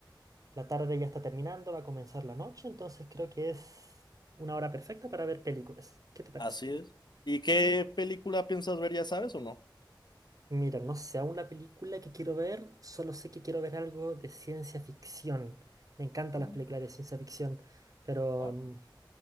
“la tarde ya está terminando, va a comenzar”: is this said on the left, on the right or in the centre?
Right